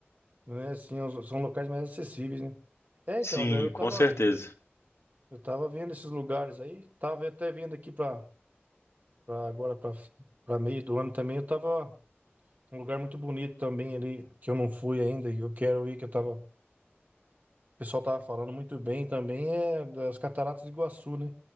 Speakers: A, on the right (about 40°); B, on the left (about 85°).
A: né? Sim, os- são locais mais acessíveis, né? É,
B: Sim,
A: então, daí eu
B: com
A: tava,
B: certeza.
A: eu tava vendo esses lugares aí, tava até vendo aqui para agora para meio do ano também, eu tava Um lugar muito bonito também ali, que eu não fui ainda, que eu quero ir, que eu tava, o pessoal tava falando muito bem também, é das Cataratas do Iguaçu, né?